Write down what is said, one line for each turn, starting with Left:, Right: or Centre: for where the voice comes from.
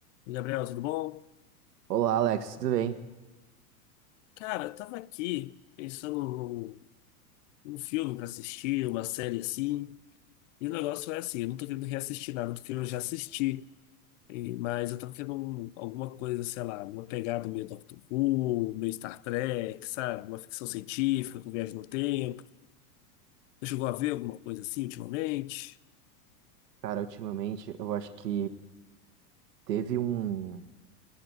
Left: Gabriel, tudo bom?
Right: Olá, Alex, tudo bem?
Left: Cara, eu tava aqui pensando num num filme pra assistir, uma série assim, e o negócio é assim, eu não tô querendo reassistir nada do que eu já assisti, e- mas eu tava querendo um- alguma coisa, sei lá, uma pegada meio Doctor Who, meio Star Trek, sabe? Uma ficção científica com viagem no tempo. Você chegou a ver alguma coisa assim ultimamente?
Right: Cara, ultimamente eu acho que teve um. Não